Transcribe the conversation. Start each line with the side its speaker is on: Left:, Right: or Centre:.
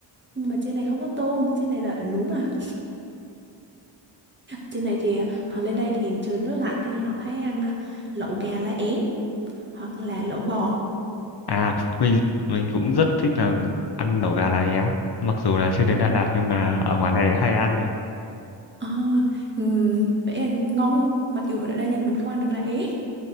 Right: nhưng mà trên này không có tôm trên này là ở núi mà Trên này thì à, họ lên đây thì trời rất lạnh thì họ hay ăn à, lẩu gà lá é hoặc là lẩu bò.
Left: À, mình mình cũng rất thích là ăn lẩu gà lá é. Mặc dù là chưa
Right: Ừ.
Left: đến Đà Lạt nhưng mà ở ngoài này hay ăn này.
Right: À, ừm, vậy là ngon không? Mặc dù mình ở đây nhưng mình không ăn được lá é,